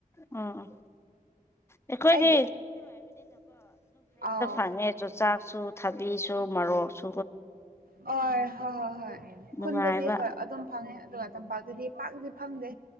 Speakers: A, on the left; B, on the right.
A: ꯑꯣ ꯑꯣ ꯑꯩꯈꯣꯏꯗꯤ
B: ꯑꯩꯒꯤ ꯑꯥꯎ꯫
A: ꯆꯥꯡꯉꯦ ꯆꯨꯆꯥꯛꯁꯨ ꯊꯕꯤꯁꯨ ꯃꯣꯔꯣꯛꯁꯨ꯫
B: ꯍ ꯍꯣꯏ ꯍꯣꯏ ꯍꯣꯏ
A: ꯅꯨꯡꯉꯥꯏꯕ
B: ꯈꯨꯟꯗꯗꯤ ꯍꯣꯏ ꯑꯗꯨꯝ ꯐꯪꯉꯦ꯫ ꯑꯗꯨꯒ ꯇꯝꯄꯥꯛꯇꯗꯤ ꯄꯥꯛꯇꯤ ꯐꯪꯗꯦ